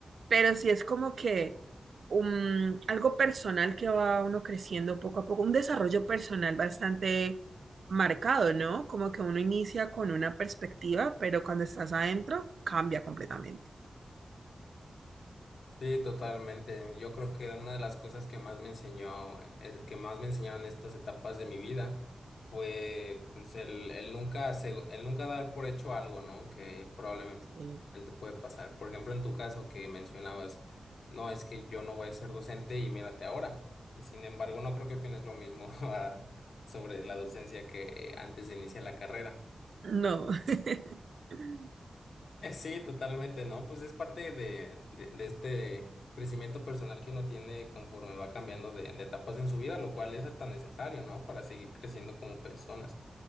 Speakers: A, on the right (about 75°); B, on the left (about 85°).
A: Pero sí es como que um, algo personal que va uno creciendo poco a poco, un desarrollo personal bastante marcado, ¿no? Como que uno inicia con una perspectiva, pero cuando estás adentro cambia completamente.
B: Sí, totalmente. Yo creo que una de las cosas que más me enseñó, es- que más me enseñaron estas etapas de mi vida fue pues el, el nunca se- el nunca dar por hecho algo, ¿no? Que probablemente
A: Sí.
B: puede pasar. Por ejemplo, en tu caso que mencionabas, no, es que yo no voy a ser docente y mírate ahora. Y sin embargo, no creo que opines lo mismo <laughs> a- sobre la docencia que antes de iniciar la carrera.
A: No. <laughs>
B: <laughs> Sí, totalmente, ¿no? Pues es parte de, de, de este crecimiento personal que uno tiene conforme va cambiando de, de etapas en su vida, lo cual es hasta necesario, ¿no? Para seguir creciendo como personas.